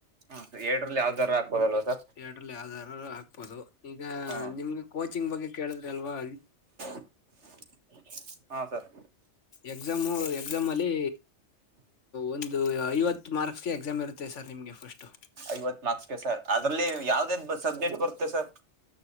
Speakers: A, on the right; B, on the left.
A: ಹ್ಮ ಏಡ್ರಲ್ಲಿ ಯಾವ್ದಾರ ಆಗ್ಬೋದಲ್ವ ಸರ್
B: ಎಡ್ರಲ್ಲಿ ಯಾವ್ದಾದಾರರು ಆಕ್ಬೋದು ಈಗ
A: ಹಾ
B: ನಿಮ್ಗೆ ಕೋಚಿಂಗ್ ಬಗ್ಗೆ ಕೇಳಿದ್ರಿ ಅಲ್ವಾ
A: <unintelligible> ಹಾ ಸರ್
B: ಎಕ್ಸಾಮು ಎಕ್ಸಾಮ್ ಅಲ್ಲಿ ಒಂದು ಐವತ್ತು ಮಾರ್ಕ್ಸ್ಗೆ ಎಕ್ಸಾಮ್ ಇರುತ್ತೆ ಸರ್ ನಿಮ್ಗೆ ಫಸ್ಟು
A: ಐವತ್ ಮಾರ್ಕ್ಸ್ಗೆ ಸರ್ ಅದ್ರಲ್ಲಿ ಯಾವ್ದ ಸಬ್ಜೆಕ್ಟ್ ಬರುತ್ತೆ ಸರ್